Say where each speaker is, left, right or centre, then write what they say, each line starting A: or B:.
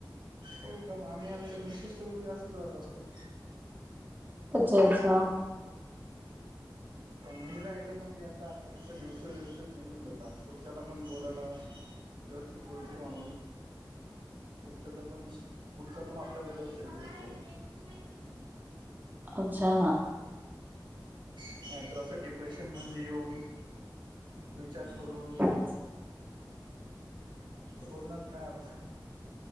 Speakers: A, on the right; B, on the right.
A: हो कारण आम्ही आमच्या मिश सोबती असंच राहत असतो.
B: अच्छा अच्छा.
A: कॉमेडी राहिलं म्हणजे याचा आता कस दिवस व्यवस्थेत निघून जातात पुढच्याला पण बोलायला व्यवस्थित गोष्टी म्हणून पुढच्या पण पुढचा पण आपल्याला व्यवस्थित बोलतो. हम्.
B: अच्छा.
A: नाहीत्रस डिप्रेशन मध्ये येऊन विचार करून
B: <inaudible>
A: बोलण्यात काय अर्थ आहे.